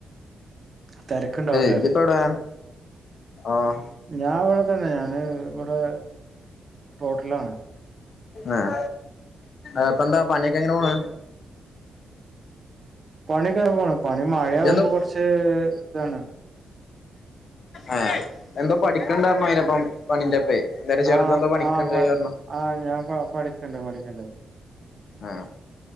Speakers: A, on the right; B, on the left.
A: തെരക്ക്ണ്ടാവുംല്ലേ
B: ഇജിപ്പവിടൊ ആഹ
A: ഞാൻ ഇവിടെ തന്നെ ഞാന് ഇവിടെ റോട്ടിലാണ്
B: ആഹ ആപ്പ എന്താ പണിയൊക്കെ എങ്ങനെ പോണ്
A: പണി ഒക്കെ അങ്ങനെ പോണ പണി മഴയാകുമ്പോ
B: ഇജ്ജെന്താ
A: കുറച്ച് ഇതാണ്
B: ആഹ എന്തോ പഠിക്കണ്ടന്നറിഞ്ഞു അയിന പ്പം പണിന്റെ പേ എന്തേരം ചെറുതെന്താ
A: ആ
B: പണിക്കണ്ട
A: ആ പണി
B: പറഞ്ഞ
A: ആ ഞാൻ പ പഠിക്കണ്ട് പഠിക്കണ്ട്
B: ആഹ്